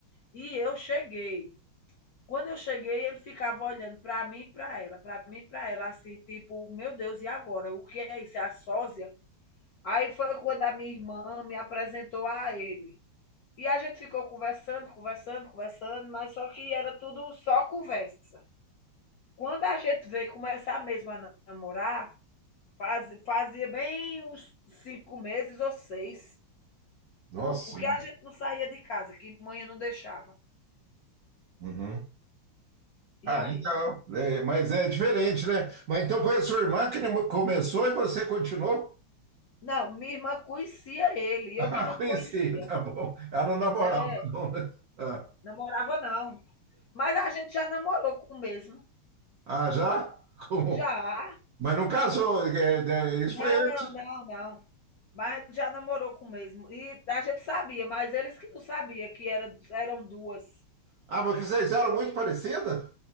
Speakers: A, on the left; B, on the right.
A: e eu cheguei. Quando eu cheguei, ele ficava olhando para mim e para ela, para mim e para ela, assim, tipo, meu Deus, e agora? O que é isso? É a sósia? Aí foi quando a minha irmã me apresentou a ele. E a gente ficou conversando, conversando, conversando, mas só que era tudo só conversa. Quando a gente veio começar mesmo a namorar, faz, fazia bem uns cinco meses ou seis,
B: Nossa
A: porque
B: Senhora.
A: a gente não saía de casa, que mãe não deixava.
B: Uhum.
A: E
B: Ah,
A: aí,
B: legal.
A: né?
B: É, mas é diferente, né? Mas então foi a sua irmã que começou e você continuou?
A: Não, minha irmã conhecia ele,
B: Ah,
A: eu que não
B: <laughs> conheci,
A: conhecia.
B: tá bom. Ela não namorava,
A: É,
B: não, né? Ah,
A: namorava não. Mas a gente já namorou com o mesmo.
B: ah, já? Como?
A: Já.
B: Mas não casou, é, é, é, isso
A: Não,
B: foi antes.
A: não, não. Mas já namorou com o mesmo. E a gente sabia, mas eles que não sabiam que era, eram duas.
B: Ah, mas que vocês eram muito parecidas?